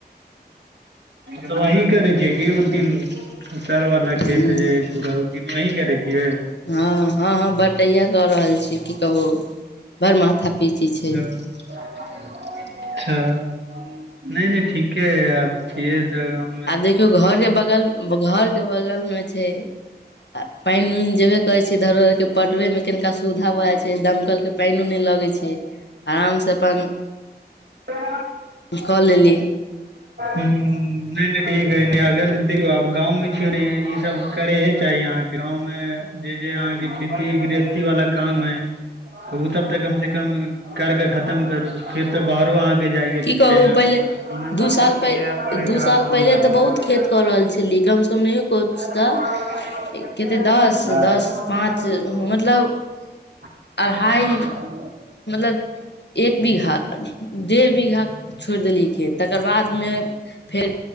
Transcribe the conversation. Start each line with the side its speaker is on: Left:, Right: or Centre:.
Right: त अही करै छै के उ तीनू सर वाला
Left: हूँ
Right: खेत जे पूरा उ अही करे छियै
Left: हँ हँ हँ बटइय करें छी की कहू बड़ माथा पिची
Right: ओ
Left: छै।
Right: अच्छा नहि नहि ठीकेै आब खेत त
Left: आ देखियौ घर के बगल घर के बगल मे छै आ पानि उानि जेबे करै छै धरो धर के पटबे मे कननका सुविधा भऽ जाइ छै दमकल के पानो नहि लगै छै आराम से अपन
Right: हु
Left: कऽ लेली
Right: नहि नहि ठीक है अगल देखऔ आब गाँंव मे छ ई सब करे हे चाही यहाके गाँंव मे जे जे अहाँके खेती गृहस् वा काम है त ओ तब तऽ कम से कम करके खतम करू फिर तऽ बाहर बहारो जई के
Left: की कहू
Right: छै न
Left: पहिले
Right: <unintelligible>
Left: दू साल पहि दू साल पहिले तऽ बहुत खेत कऽ रहल छलियै कमसँ कम नहियो किछु तऽ कतेक दस दस पाँच मतलब अढ़ाइ
Right: <unintelligible> <unintelligible>
Left: मतलब एक बीघा डेढ़ बीघा छोड़ि देलियै तकर बादमे फेर